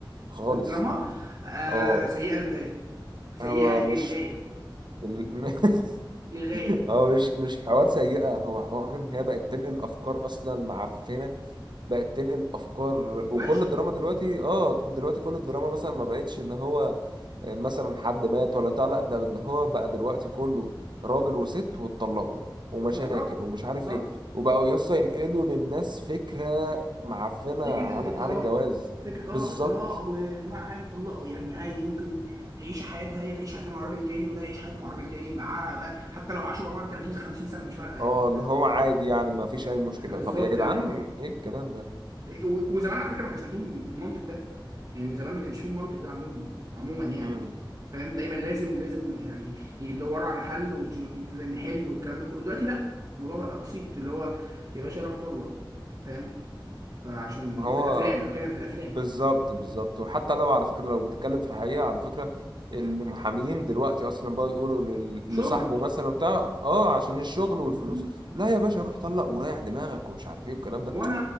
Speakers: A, on the right; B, on the right.
A: خالص
B: الدراما آه
A: اه
B: سيئة للغاية سيئة
A: هو مش
B: للغاية
A: ال- <laughs>
B: للغاية
A: هو مش مش حوار سيئه هو حوار ان هي بقت تنقل افكار اصلا معفنه بقت تنقل افكار
B: وحشة
A: وكل الدراما دلوقتي اه دلوقتي كل الدراما مثلا ما بقتش اللي هو آه، مثلا حد مات ولا بتاع لا ده اللي هو بقى دلوقتي كله راجل وست واتطلقوا ومشاكل
B: بالظبط
A: ومش عارف
B: بالظبط
A: ايه
B: بالظبط
A: وبقوا يسطا ينقلوا للناس فكرة معفنة
B: فكرة
A: عن
B: ان الطلاق
A: عن الجواز
B: فكرة اه
A: بالظبط
B: الطلاق ويا جماعة عادي طلقوا يعني عادي ممكن تعيش حياتها هي تعيش حياتها مع راجل تاني وده يعيش حياته مع راجل تاني مع حتى لو عاشوا مع بعض 30 50 سنة مش فارقة يعني
A: اه اللي هو عادي يعني ما فيش اي مشكلة
B: بالظبط
A: طب يا جدعان ايه الكلام ده
B: و- وزمان على فكره ما كانش عندهم المنطق ده يعني زمان ما كانش فيه المنطق ده عندهم عموما يعني
A: امم
B: فاهم دايما لازم لازم يعني يدوروا على حل ونحل والكلام ده كله دلوقتي لا الموضوع بقى بسيط اللي هو يا باشا روح طلق فاهم فعشان
A: هو
B: في الافلام أنا بتكلم في الافلام
A: بالظبط بالظبط وحتى لو على فكرة لو بتتكلم في الحقيقة على فكرة المحامين دلوقتي اصلا بقى يقولوا لل- لصاحبه
B: شغل
A: مثلا بتاع اه عشان الشغل والفلوس
B: مم.
A: لا يا باشا روح طلق وريح دماغك ومش عارف ايه والكلام ده
B: وانا